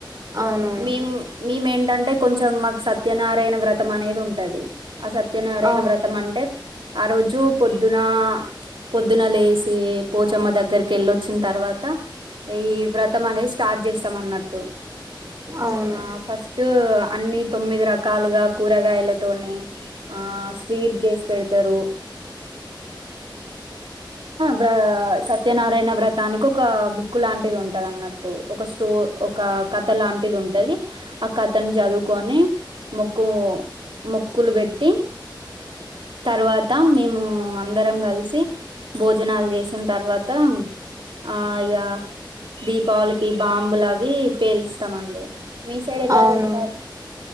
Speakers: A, on the right; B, on the right.
A: అవునవును
B: మేం మేమేంటంటే కొంచెం మాకు సత్యనారాయణ వ్రతం అనేది ఉంటది ఆ సత్యనారాయణ
A: అవును
B: వ్రతం అంటే ఆ రోజు పొద్దున పొద్దున లేసి పోచమ్మ దగ్గరికి వెళ్ళొచ్చిన తరువా త ఈ వ్రతం అనేది స్టార్ట్ చేస్తాం అన్నట్టు
A: అవును
B: ఆ ఫస్ట్ అన్ని తొమ్మిది రకాలుగా కూరగాయలతోని ఆ స్వీట్ చేసి పెడుతరు వ్ర సత్యనారాయణ వ్రతానికి ఒక బుక్ లాంటిది ఉంటది అన్నట్టు ఒక స్టో ఒక కథ లాం టిది ఉంటది ఆ కథను చదువుకొని మొక్కు మొక్కులు పెట్టి తర్వాత మేము అందరం కలిసి భోజనాలు చేసిన తర్వాత ఆ ఇక దీపావళికి బాంబులు అవి పేలుస్తామండి మీ సైడ్ ఎలా
A: అవును
B: చేస్తారు